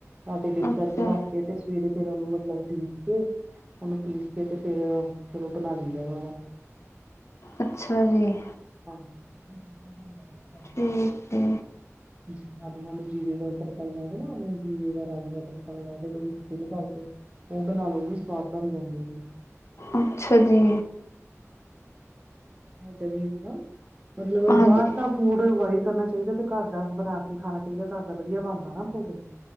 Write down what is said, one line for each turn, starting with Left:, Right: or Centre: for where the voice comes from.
Right: ਰਾਦੇ ਡਿੱਬ
Left: ਅੱਛਾ,
Right: ਕਰਕੇ ਰੱਖ ਕੇ ਤੇ ਸਵੇਰੇ ਫੇਰ ਉਹਨੂੰ ਮਤਲਬ ਪੀਸ ਕੇ। ਉਹਨੂੰ ਪੀਸ ਕੇ ਤੇ ਫੇਰ ਚਲੋ ਬਣਾ ਲਈ ਜਾ ਵਾਂਗਾ।
Left: ਅੱਛਾ, ਜੀ।
Right: ਹਾਂਜੀ। <unintelligible>
Left: ਠੀਕ ਏ।
Right: ਤੁਸੀਂ ਆਲੂਆਂ ਨੂੰ ਜੀਰੇ ਦਾ ਤੜਕਾ ਲਗਾਦੇ ਨਾ ਰਾਈ ਦਾ ਰਾਹੀਂ ਦਾ ਤੜਕਾ ਲਗਾ ਕੇਟੀ ਲ ਪਾ ਕੇ। ਉਹ ਬਣਾ ਲੋ ਉਹ ਵੀ ਸਵਾਦ ਬਣ ਜਾਂਦੇ ਨੇ।
Left: ਅੱਛਾ ਜੀ।
Right: ਜ ਦਾ ਮਤਲਬ
Left: ਹਾਂਜੀ।
Right: ਬਾਹਰ ਕ ਫੂਡ ਬਾਹਰ ਅਵਇਡ ਕਰਨਾ ਚਾਹੀਦਾ, ਤੇ ਘਰ ਦਾ ਬਣਾ ਕੇ ਖਾਣਾ ਚਾਹੀਦਾ ਘਰ ਦਾ ਵਧੀਆ ਬਣਦਾ ਨਾ ਭੋਜਨ।